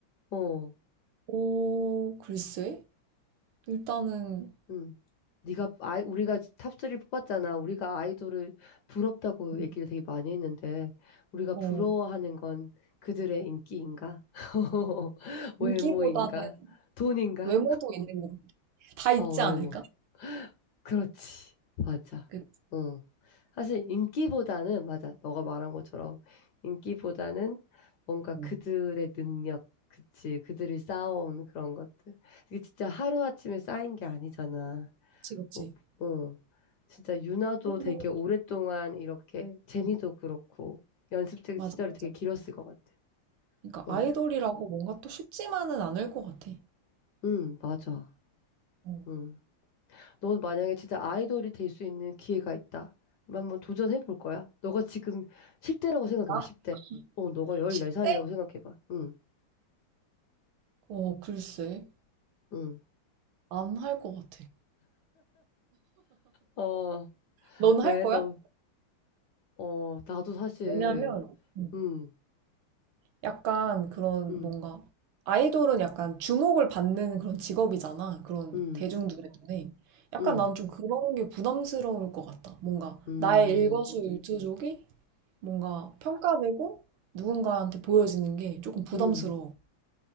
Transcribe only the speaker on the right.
오, 글쎄. 일단은
음.
어,
인기보다는
외모도 있는 것 같아. 다 있지
않을까?
그,
어,
그치, 그치.
또,
어,
맞아,
맞아.
그러니까
아이돌이라고 뭔가 또 쉽지만은 않을 것 같아.
어,
나
십 대
어, 글쎄.
안 할 것 같아.
넌 할
거야?
왜냐면, 음,
약간 그런
뭔가, 아이돌은 약간 주목을 받는 그런 직업이잖아. 그런
대중들의 눈에. 약간
난 좀 그런 게 부담스러울 것 같다. 뭔가
나의 일거수일투족이 뭔가 평가되고 누군가한테 보여지는 게 조금 부담스러워.